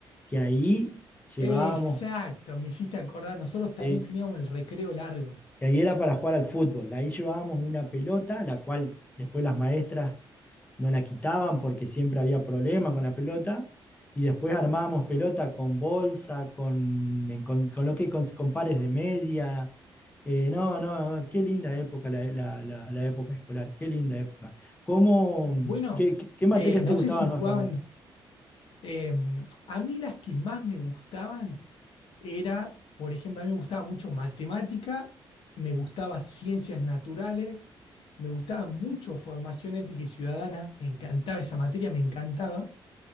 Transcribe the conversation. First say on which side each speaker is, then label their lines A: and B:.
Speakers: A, on the left; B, on the left.
A: que ahí llevábamos,
B: Exacto, me hiciste acordar, nosotros también
A: eh,
B: teníamos el recreo largo.
A: que ahí era para jugar al fútbol, ahí llevábamos una pelota, la cual después las maestras no la quitaban porque siempre había problemas con la pelota. Y después armábamos pelota con bolsa, con, en- con, con lo que con, con pares de media. Eh, no, no, qué linda época la, la- la- la época escolar, qué linda época. ¿Cómo,
B: Bueno,
A: qué, qué- qué materias
B: eh, no
A: te gustaban
B: sé si jugaban,
A: más a vos?
B: em, a mí las que más me gustaban era, por ejemplo, a mí me gustaba mucho matemática, me gustaba ciencias naturales, me gustaba mucho formación ética y ciudadana, me encantaba esa materia, me encantaba.